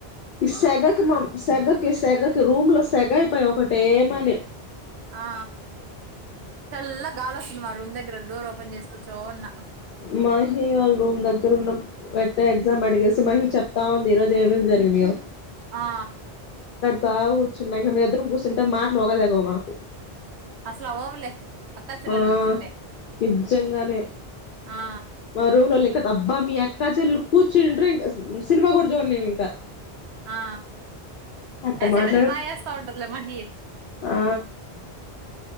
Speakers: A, on the left (about 60°); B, on the right (about 80°).
A: ఈ సెగకు మం సెగకి సెగ రూమ్ లో సెగయిపోయి ఒకటేమనీ
B: ఆ చల్ల గాలొస్తుంది మా రూమ్ దగ్గర డోర్ ఒ పన్ చేసుకుచ్చో ఉన్న
A: మహీ వాళ్ళ రూమ్ దగ్గర ఉన్న పెట్టే ఎగ్జామ్ అడిగేసి మహీ చెప్తా ఉంది ఈరోజు ఏమేమి జరిగినయో
B: ఆ
A: బా కూర్చున్నా ఇంక మీ ఇద్దరుం కూర్చుంటే మాటలు ఒగదెగవు మాకు
B: అసలవవ్ లే అక్క చెల్లెలు
A: ఆ
B: కూర్చుంటే
A: నిజంగానే
B: ఆ
A: మా రూమ్ లోల్లి అబ్బా మీ అక్కా చెల్లెలు కూర్చుంటరూ ఇంక సినిమా కూడా చూడనియం ఇంకా
B: ఆ
A: అట్ట
B: ఏ సెటిల్
A: మాట్లాడ
B: బా ఏస్తా ఉంటదిలే మహి
A: ఆ